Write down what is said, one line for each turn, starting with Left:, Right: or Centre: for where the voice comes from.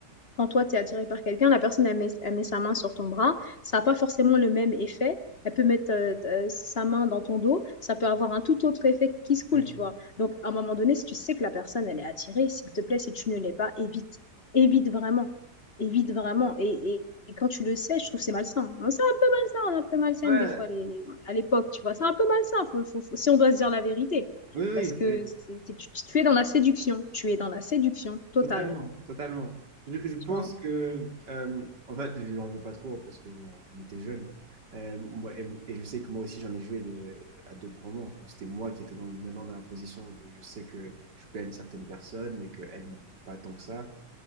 Left: quand toi, tu es attiré par quelqu'un, la personne, elle met, elle met sa main sur ton bras. Ça n'a pas forcément le même effet. Elle peut mettre euh, euh, sa main dans ton dos. Ça peut avoir un tout autre effet qui se coule,
Right: Ouais.
Left: tu vois. Donc, à un moment donné, si tu sais que la personne, elle est attirée, s'il te plaît, si tu ne l'es pas, évite. Évite vraiment. Évite vraiment. Et, et, et quand tu le sais, je trouve que c'est malsain. C'est un peu malsain, on est un peu malsaine
Right: Ouais.
Left: des fois les, les- à l'époque, tu vois. C'est un peu malsain, faut- faut- faut- si on doit se dire la vérité.
Right: Oui, oui,
Left: Parce que c'est- tu, tu es dans la séduction. Tu es dans la séduction totale,
Right: Totalement, totalement. Je, je pense
Left: tu vois.
Right: que, euh, en fait, je n'en veux pas trop parce que bon, on était jeunes. hein. Euh, moi- et, et je sais que moi aussi, j'en ai joué de- à d'autres moments où c'était moi qui étais dans, maintenant dans la position de je sais que je peux une certaine personne et qu'elle aime pas tant que ça.